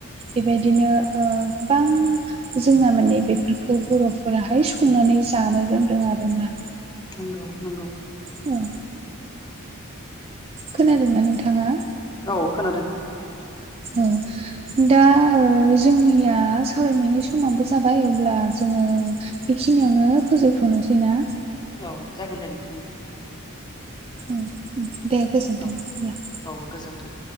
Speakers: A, on the right; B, on the left.
A: बेबायदिनो गोबां जोंना माने बेफोरखौ बर'फोराहाय संनानै जानो रोंदों आरोना।
B: नंगौ नंगौ।
A: औ खोनादोंना नोंथाङा?
B: औ खोनादों।
A: औ दा जोंनिया सावरायनायनि समाबो जाबाय अब्ला जोङो बेखिनियावनो फोजोबथ'नोसै ना?
B: औ जागोन दे नोंथां दे।
A: औ दे गोजोनथों
B: औ
A: अब्ला।
B: औ गोजोन्थों।